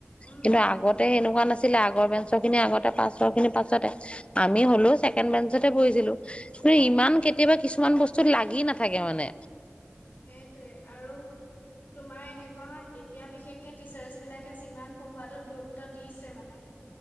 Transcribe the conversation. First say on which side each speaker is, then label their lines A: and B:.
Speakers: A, on the left; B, on the left.
A: উম
B: কিন্তু আগতে সেনেকোৱা পোৱা নাছিলে আগৰেঞ্চৰ খিনি আগতে পাঁচ ছ খিনি পাছতে আমি হ'লেও ছেকেণ্ড বেঞ্চতে বহিছিলো। ত'
A: উম
B: ইমান কেতিয়াবা কিছুমান বস্তু <unintelligible> লাগি নাথাকে মানে
A: সেইটোৱে আৰু তোমাৰ এনেকুৱা হয় এতিয়া বিশেষকে টিচাৰ্চ বিলাকে যিমান পঢ়োৱাটোত গুৰুত্ব দিছে মানে